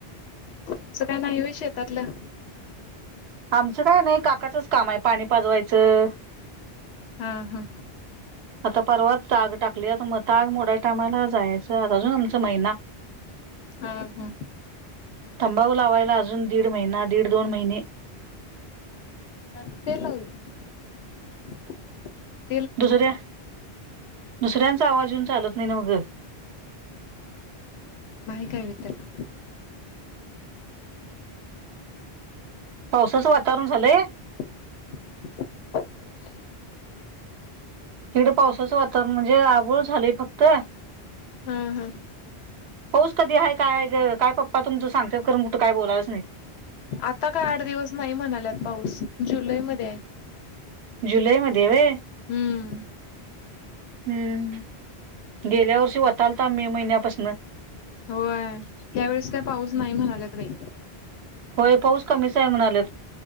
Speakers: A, on the left (about 75°); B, on the right (about 75°).
A: तुमचं काय व्हय नाही होय शेतातलं.
B: आमचं काय नाही काकाचंच काम आहे. पाणी पाजवायचं,
A: हा.. हा.
B: आता परवा ताग टाकल्यात, मग ताग मोडायच्या टायमाला जायच. झाला जून आमचा महिना.
A: हा हा
B: तंबाकू लावायला. अजून दीड महिना दीड-दोन महिने,
A: ह तेलावल, <unintelligible>
B: दुसऱ्या दुसऱ्यांचा आवाज येऊन चालत नाही. नव्हं ग.
A: कविताला.
B: पावसाचं वातावरण झालंय.
A: नाही.
B: इकडं पावसाचं वातावरण म्हणजे, आबोळ झालंय फक्त.
A: हा, हा.
B: पाऊस कधी आहे. काय ग काय. तुमचं सांगत्यात खरं कुठं काय बोलायलाच नाहीत.
A: आता काय आठ दिवस नाही, म्हणाल्यात पाऊस. जुलैमध्ये आहे.
B: जुलै मध्ये वय.
A: हम्म.
B: हम्म गेल्या वर्षी वतालता. मे महिन्यापासनं.
A: होय, ह्यावेेळेस काय पाऊस. नाही म्हणाल्यात बाई.
B: होय पाऊस कमीच आहे म्हनाल्यात.